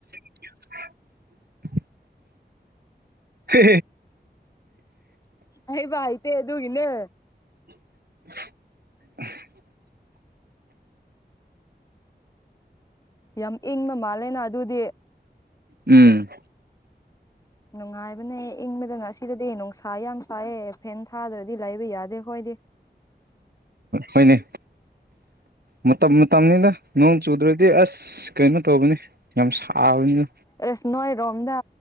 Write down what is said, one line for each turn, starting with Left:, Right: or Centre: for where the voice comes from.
Right: <inaudible> ꯍ
Left: ꯑꯌꯦꯕ ꯏꯇ ꯑꯗꯨꯒꯤꯅꯦ
Right: <inaudible>
Left: ꯌꯥꯝ ꯏꯪꯕ ꯃꯥꯜꯂꯦꯅ ꯑꯗꯨꯗꯤ
Right: ꯎꯝ
Left: ꯅꯨꯡꯉꯥꯏꯕꯅꯦ ꯏꯪꯕꯗ ꯉꯁꯤꯗꯗꯤ ꯅꯨꯡꯁꯥ ꯌꯥꯝ ꯆꯥꯏꯑꯦ ꯐꯦꯟ ꯊꯥꯗ꯭ꯔꯗꯤ ꯂꯩꯕ ꯌꯥꯗꯦ ꯍꯣꯏꯗꯤ
Right: ꯍꯣꯏꯅꯦ ꯃꯇꯝ ꯃꯇꯝꯅꯤꯅ ꯅꯣꯡ ꯆꯨꯗ꯭ꯔꯗꯤ ꯑꯁ ꯀꯩꯅꯣ ꯇꯧꯕꯅꯤ ꯌꯥꯝ ꯁꯥꯕꯅꯤꯅ
Left: ꯑꯦꯁ ꯅꯣꯏꯔꯣꯝꯗ